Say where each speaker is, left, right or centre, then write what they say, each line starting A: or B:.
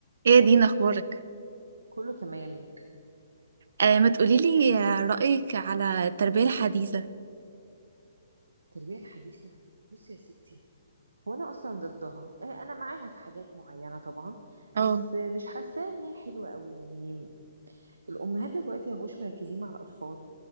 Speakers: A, on the right; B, on the right.
A: ايه يا دينا اخبارك
B: كله تمام
A: آه ما تقوليلي آه، رأيك على التربية الحديثة
B: التربية الحديثة بصي يا ستي وانا اصلا ضدها آه، انا معاها في حاجات معينه طبعا
A: اه
B: بس آه، مش حاسه ان هي حلوه قوي يعني الامهات دلوقتي مبقوش مركزين مع الاطفال